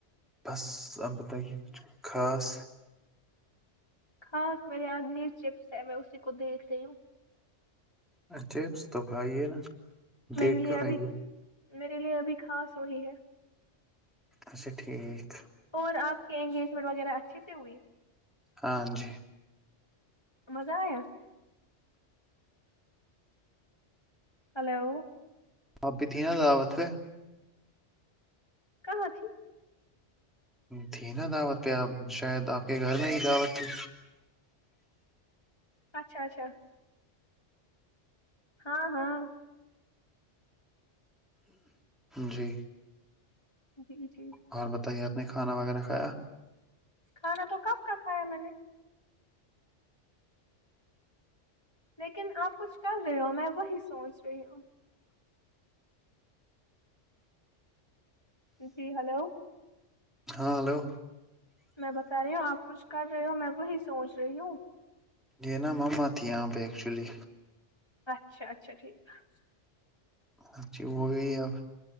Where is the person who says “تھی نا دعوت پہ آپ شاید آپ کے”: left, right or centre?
Centre